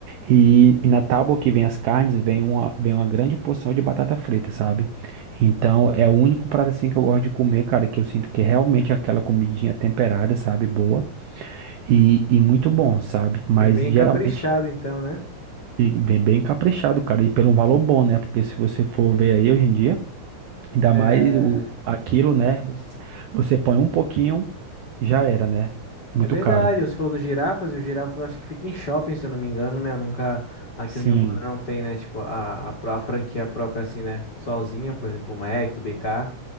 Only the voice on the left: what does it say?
Bem, bem
caprichado, então, né?
É,
é verdade.
Você falou dos girafas, e o girafa eu acho que fica em shopping, se eu não me engano, né? Eu nunca. Aqui
onde eu moro não tem, né? Tipo, a, a, pró- a franquia própria, assim, né? Sozinha, por exemplo, o Mac, o BK.